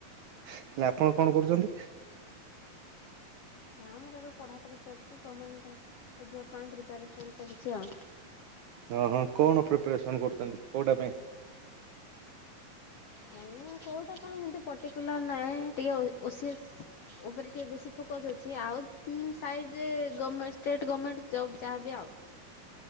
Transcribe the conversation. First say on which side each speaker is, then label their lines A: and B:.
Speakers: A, on the right; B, on the left.
A: ହେଲେ ଆପଣ କଣ କରୁଛନ୍ତି?
B: ନା ମୋର ଏବେ ପଢାପଢି ଚାଲିଛି ଗମେଣ୍ଟ ଜବ ପାଇଁ ପ୍ରିପାରେସନ ଚାଲିଛି ଆଉ।
A: ଓ ହଁ କଣ ପ୍ରିପାରେସନ କରୁଛନ୍ତି କୋଉଟା ପାଇଁ?
B: ନାଇ କୋଉଟା ପାଇଁ ଏମିତି ପର୍ଟିକୁଲାର ନାହିଁ ଟିକେ ଓସିଏସ। ଉପରେ ଟିକେ ବେଶୀ ଫୋକସ ଅଛି ଆଉ ସାଇଡରେ ଷ୍ଟେଟ ଗଭର୍ଣ୍ଣମେଣ୍ଟ ଜବ୍ ଯାହାବି ଆଉ।